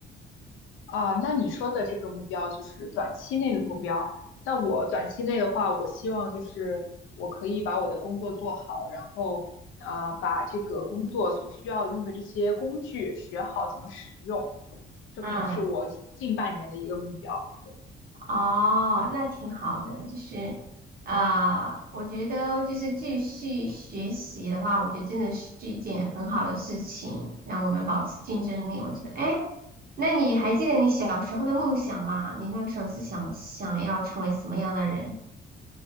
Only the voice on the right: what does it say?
嗯。
哦，那挺好的，就是啊、我觉得就是继续学习的话，我觉得真的是一件很好的事情，让我们保持竞争力。我觉得，哎，那你还记得你小时候的梦想吗？你那个时候是想想要成为什么样的人？